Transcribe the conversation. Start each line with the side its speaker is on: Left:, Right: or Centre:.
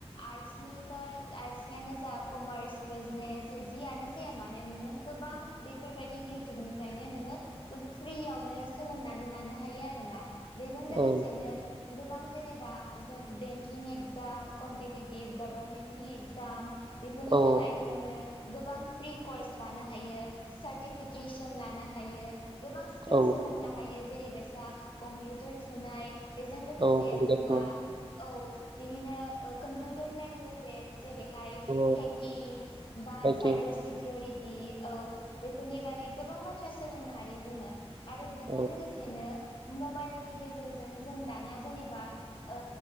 Left: आर्टसनि बा आर्टसनियानो जा कमार्स बिजनेस जियानो जाया मानो नोङो गोबां बेफोरबायदि इउटुबनिफ्रायनो नोङो फ्रियावनो सोलोंनानै लानो हायो आरोना। बेजों लोगोसेनो
Right: औ
Left: गोबां जेनेबा जो बेंकिं ए गजाम कम्पिटिटिभ गभारनमेन्टनि एगजाम बेफोरनि
Right: औ
Left: थाखाय जोङो गोबां फ्रि कर्स लानो हायो सार्टिफिकेसन लानो हायो। गोबां स्किल
Right: औ
Left: सोलोंनो हायो जेरैबायसा कम्पिउटार थुनाय बेजों लोगोसे
Right: औ कम्पिउटार
Left: जोंहा
Right: थुन
Left: औ बिदिनो कम्पिउटार लेंगुवेजेस जेरैहाय
Right: औ
Left: हेकिं बा
Right: राइटिं
Left: साइबार सिकिउरिटि औ बेफोरनि बागै गोबां बाथ्रा सोलोंनो हायो जोङो आरो बेजों
Right: औ
Left: लोगो सेनो मबाइनि गेजेरजों जों दाना जेनेबा ओ